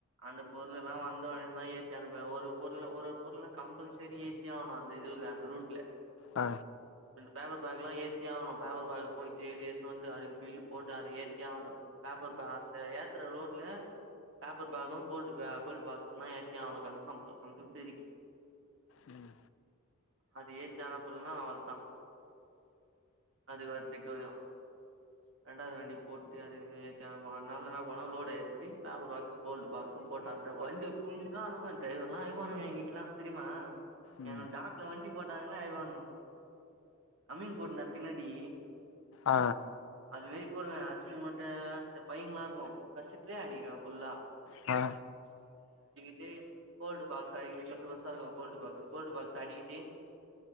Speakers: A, on the right; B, on the left.
A: அந்த பொருளெல்லா வந்தோனே தா ஏத்தி அனுப்புவ ஒரு பொருள் ஒரு ஒரு பொருள்ல்லா கம்பல்சரி ஏத்தி ஆவனு அந்த இதுல அந்த ரூட்ல
B: ஆ
A: பப்பர் பேக்லா ஏத்தி ஆவனு பப்பர் பேக் போயி தேடி ஏத்துனு வந்து அதுக்கு பில்லு போட்டு அத ஏத்தி ஆவணு பப்பர் பேகு ஏத்துர லோடுல பப்பர் பேகு கோல்டு பே கோல்டு பாக்ஸூ தா ஏத்தி ஆவனு கன்ஃபாம் கம்பல்சரி
B: ம்
A: அது ஏத்தி அனுப்பல்ன்னா அவள் தா அதுக்கு வேற திட்டு உழு ரெண்டாது வண்டி போட்டு அதுனு <unintelligible> அதனால என்ன பண்னோ லோடு ஏத்திட்டு பப்பர் பாக்ஸு கோல்டு பாக்ஸ் பு போட்டு அம்சோ வண்டி ஃபுல்லா அனுப்புவ டிரைவர்லா அழுவானுங்க ஏங்கிட்லா தெரிமா
B: ம்
A: எ டாக்ல வண்டி போட்டாங்கனா வய்வானு அம்மீங் போட்ன பின்னாடி
B: ஆ
A: அது மேரி போடுவ அரிசி மூட்ட ரெண்டு பைங்களா இருக்கு பஸ்ஸுகே அடிக்கிடுவ ஃபுல்லா
B: அ
A: கி கோல்டு பாக்ஸா இது பிச்சத்து ஒச இருக்கு கோல்டு பாக்சு கோல்டு பாக்ஸ அடிக்கிட்டு